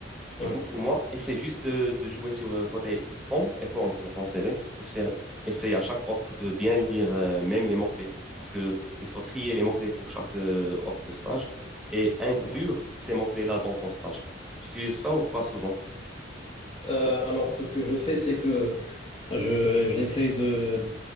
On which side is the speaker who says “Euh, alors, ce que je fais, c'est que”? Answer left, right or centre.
Left